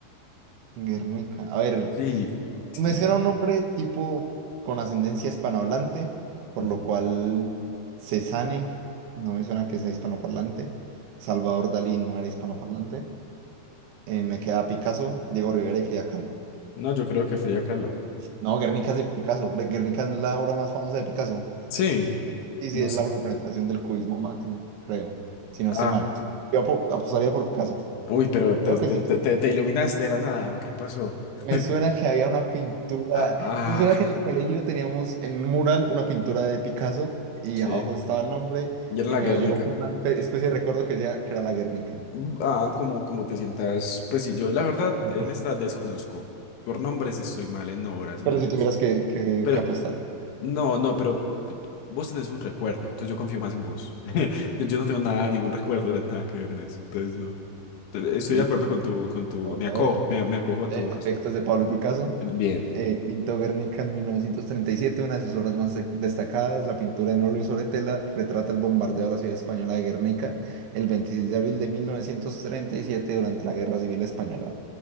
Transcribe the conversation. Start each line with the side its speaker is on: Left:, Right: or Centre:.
Right: Guernica. A ver,
Left: Sí. sí,
Right: me suena un nombre tipo con ascendencia hispanohablante, por
Left: ujú.
Right: lo cual Cézanne, no me suena que sea hispanoparlante. Salvador Dalí no era hispanoparlante. eh, me queda Picasso, Diego Rivera y Frida Kahlo.
Left: No, yo creo que Frida Kahlo.
Right: No, Guernica es de Picasso. Gre- Guernica no es la obra más famosa de Picasso.
Left: Sí,
Right: Sí,
Left: no
Right: sí, es
Left: sé.
Right: la representación del cubismo máximo, creo. Si no estoy
Left: Ah,
Right: mal. Yo apo- apostaría por Picasso.
Left: Uy, pero te,
Right: Creo
Left: te-
Right: que sí.
Left: te- te- te iluminaste de la nada, ¿o ¿qué pasó?
Right: Me
Left: <laughs>
Right: suena que había una pintura.
Left: Ah, ah,
Right: Me suena que en el colegio teníamos en un mural una pintura de Picasso y
Left: sí,
Right: abajo estaba el nombre
Left: ya era
Right: y
Left: la
Right: me
Left: Guernica.
Right: llegó como una pe- especie de recuerdo que decía que era la Guernica.
Left: Mm, Ah, como, como te sientas, pues sí, yo la verdad
Right: <laughs>
Left: en esta desconozco. Por nombres estoy mal en obras, entonces.
Right: Pero si tuvieras que, que-
Left: Pero,
Right: que apostar.
Left: no, no, pero vos tenés un recuerdo, entonces yo confío más en vos. <laughs> Yo no tengo nada, ningún recuerdo de nada que ver en eso, entonces no. Te- Estoy
Right: Listo,
Left: de acuerdo con
Right: listo.
Left: tu, con tu,
Right: Vamos
Left: me
Right: a
Left: acojo,
Right: ver.
Left: me, me acojo a
Right: En
Left: tu respuesta.
Right: efecto, es de Pablo Picasso.
Left: Bien,
Right: Eh, pintó Guernica en 1937, una de sus obras más de- destacadas, la pintura en óleo sobre tela, retrata el bombardeo de la ciudad española de Guernica el 26 de abril de 1937 durante la Guerra Civil Española.